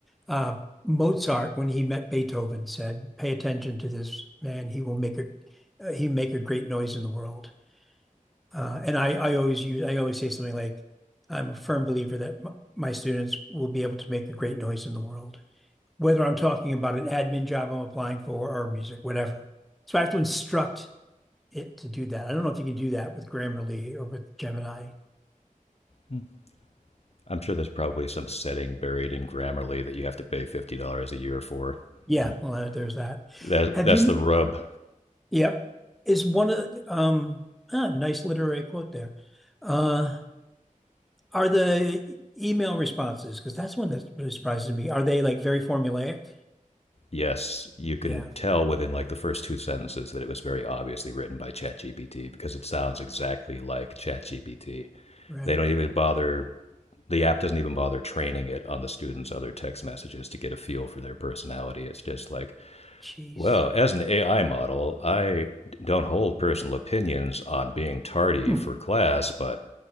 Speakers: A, in the centre; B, on the left.
A: uh, Mozart when he met Beethoven said, "Pay attention to this man. He will make a uh, he make a great noise in the world." Uh, and I, I always use, I always say something like, I'm a firm believer that m my students will be able to make a great noise in the world, whether I'm talking about an admin job I'm applying for or music, whatever. So I have to instruct it to do that. I don't know if you can do that with Grammarly or with Gemini.
B: Hmm. I'm sure there's probably some setting buried in Grammarly that you have to pay $50 a year for.
A: Yeah,
B: Hmm.
A: well, uh, there's that.
B: That,
A: Have
B: that's
A: you,
B: the rub.
A: yep, is one of the, um, ah, nice literary quote there. Uh, are the e, email responses, because that's one that really surprises me, are they like very formulaic?
B: Yes, you can
A: Yeah.
B: tell within like the first two sentences that it was very obviously written by ChatGPT because it sounds exactly like ChatGPT.
A: Right.
B: They don't even bother, the app doesn't even bother training it on the students' other text messages to get a feel for their personality. It's just like,
A: Jeez.
B: well, as an AI model, I don't hold personal opinions on being tardy
A: Hmm.
B: for class, but